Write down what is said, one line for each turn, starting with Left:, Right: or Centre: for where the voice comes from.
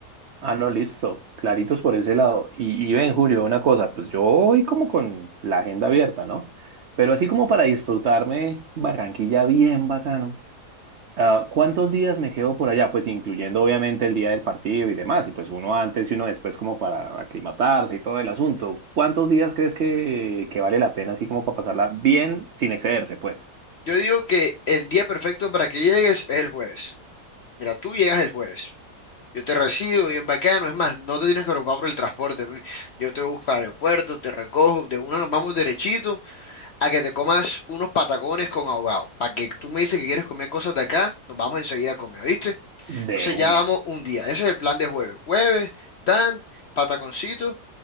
Right: Ah, no, listo, claritos por ese lado. Y, y ven, Julio, una cosa, pues yo voy como con la agenda abierta, ¿no? Pero así como para disfrutarme Barranquilla bien bacano. Ah, ¿cuántos días me quedo por allá? Pues incluyendo obviamente el día del partido y demás, y pues uno antes y uno después como para aclimatarse y todo el asunto. ¿Cuántos días crees que, que vale la pena así como para pasarla bien sin excederse? Pues
Left: Yo digo que el día perfecto para que llegues es el jueves. Mira, tú llegas el jueves. Yo te recibo bien bacano. Es más, no te tienes que preocupar por el transporte. pi. Yo te busco al aeropuerto, te recojo. De una nos vamos derechito a que te comas unos patacones con ahogado. Para que tú me dices que quieres comer cosas de acá, nos vamos enseguida a comer, ¿viste?
Right: de
Left: Entonces
Right: una.
Left: ya vamos un día. Ese es el plan de jueves. Jueves, tan, pataconcito.